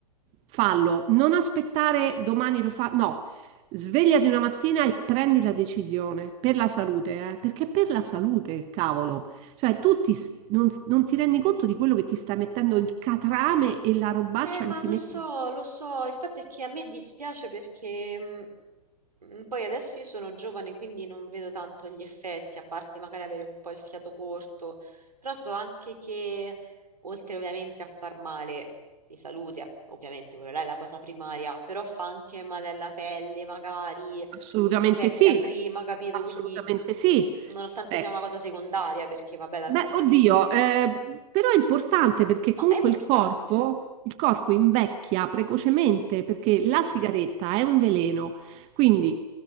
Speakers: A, on the right; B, on the right.
A: fallo. Non aspettare domani lo fa. No, svegliati una mattina e prendi la decisione per la salute, eh? Perché è per la salute, cavolo. Cioè, tu ti s- non, non ti rendi conto di quello che ti sta mettendo il catrame e la robaccia
B: Eh, ma
A: che ti
B: lo
A: mette.
B: so, lo so, il fatto è che a me dispiace perché mh, Mm, Poi adesso io sono giovane, quindi non vedo tanto gli effetti, a parte magari avere un po' il fiato corto, però so anche che, oltre ovviamente a far male di salute, a- ovviamente quella là è la cosa primaria, però fa anche male alla pelle, magari
A: Assolutamente
B: invecchia
A: sì,
B: prima, capito?
A: assolutamente
B: Quindi,
A: sì.
B: mm, nonostante
A: Ecco.
B: sia una cosa secondaria, perché vabbè, dal
A: Beh,
B: punto
A: oddio,
B: di vista estetico,
A: eh, però è importante perché
B: no,
A: comunque
B: è importante.
A: il corpo, il corpo invecchia precocemente perché
B: Mhm,
A: la sigaretta è un veleno, quindi